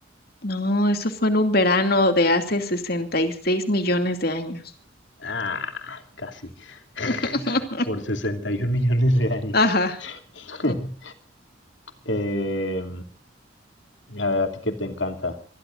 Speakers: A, on the left; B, on the left.
A: No, eso fue en un verano de hace 66 millones de años.
B: Ah, casi. <laughs>
A: <laughs>
B: Por 61 millones de años.
A: Ajá.
B: <laughs>
A: Mm,
B: Eh, a ver, a ti que te encanta.